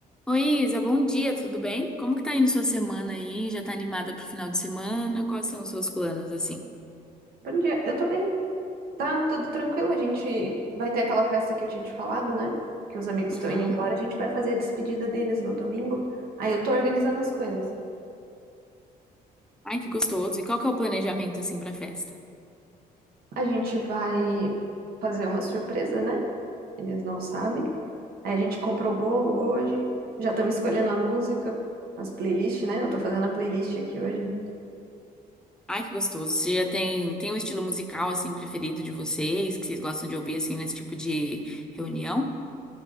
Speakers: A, in the centre; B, on the right.
A: Oi, Isa, bom dia, tudo bem? Como que tá indo sua semana aí? Já tá animada pro final de semana? Quais são os seus planos, assim?
B: Bom dia, eu tô bem. Tá tudo tranquilo, a gente vai ter aquela festa que eu tinha te falado, né? Que os amigos
A: Uhum.
B: estão indo embora, a gente vai fazer a despedida deles no domingo. Aí eu tô organizando as coisas.
A: Ai, que gostoso. E qual que é o planejamento, assim, pra festa?
B: A gente vai fazer uma surpresa, né? Eles não sabem. Aí a gente comprou o bolo hoje, já estamos escolhendo a música, as playlists, né? Eu tô fazendo a playlist aqui hoje.
A: Ai, que gostoso. Você já tem, tem um estilo musical, assim, preferido de vocês, que vocês gostam de ouvir, assim, nesse tipo de reunião?